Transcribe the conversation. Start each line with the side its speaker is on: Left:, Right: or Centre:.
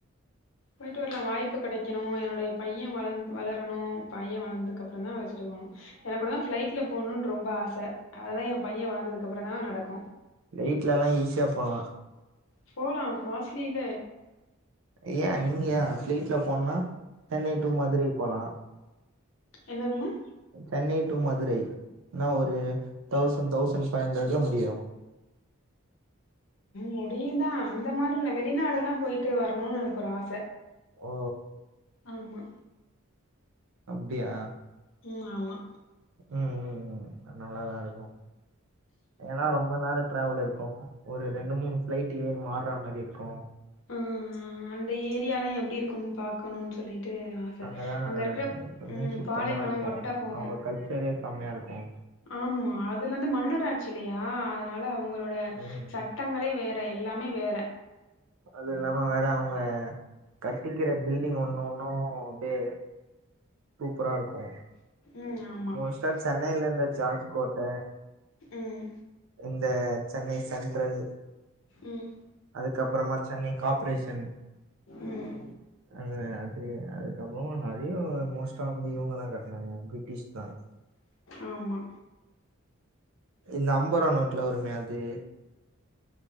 Left: போயிட்டு வரலா வாய்ப்பு கெடைக்கணு என்னுடைய பைய வள வளரணு பைய வளந்ததுக்கு அப்றோதா அலச்சிட்டு போகணு எனக்கு கூடதா. பிளைட்ல போணும்னு ரொம்ப ஆச. அதெல்லா என் பைய வளந்ததுக்கு அப்புறோதா நடக்கு.
Right: பிளைட்ல எல்லா ஈஸியா போலா.
Left: போலா காஸ்லில.
Right: யே நீங்கயே ஃப்ளைட்ல. போன்னா. சென்னை டூ மதுரை போலா.
Left: என்னதுமா.
Right: சென்னை டூ மதுரை என்ன ஒரு தௌசண்ட் தௌசண்ட் ஃபைவ் ஹண்ட்ரட்ல முடியு.
Left: முடியுதா அந்த மாரி இது வெளிநாடு எல்லா போயிட்டு வரணும்னு எனக்கு ஒரு ஆச.
Right: ஓ.
Left: ஆமா.
Right: அப்டியா.
Left: உம் ஆம்மா.
Right: உம்ம்ம். நல்லாதா இருக்கு. ஏன்னா ரொம்ப நேரோ ட்ராவல் இருக். கு ஒரு ரெண்டு மூணு பிளைட் ஏறி மாற மாரி இருக்கு.
Left: உஹம் அந்த ஏரியா எல்லா எப்படி இருக்கும்னு பாக்கணும்னு சொல்லிட்டு. ட்டு ஆச.
Right: அங்கதா
Left: அங்க இருக்கிற
Right: எப்பவுமே
Left: உம்
Right: சுத்தமா
Left: பாலைவனோ
Right: இருக்கு
Left: ஒட்டகோ.
Right: அவங்க கல்ச்சரே செம்மையா இருக்கு.
Left: ஆம்மா அதுல வந்து மன்னராட்சி இல்லையா அதனால அவங்களோட
Right: ம்
Left: சட்டங்களே வேற. எல்லாமே வேற.
Right: அது இல்லாம வேற அவங்க கட்டிக்கிற பில்டிங் ஒண்ணு ஒண்ணு அப்படியே சூப்பரா இருக்கு.
Left: ம். ஆமா.
Right: மோஸ்டா சென்னைல இருந்த ஜார்ஜ் கோட்ட.
Left: ம்.
Right: இந்த சென்னை சென்ட்ரல்.
Left: ம்.
Right: அதுக்கப்புறமா சென்னை காபரேஷன்.
Left: ம்.
Right: அது அது அதுக்கப்புறமா நறையோ. மோஸ்டா வந்து இவங்கதா கட்டுனாங்க பிரிட்டிஷ். தாஸ்
Left: ஆமா
Right: இ நாம முபதுருவ நோட்ல வருமே அது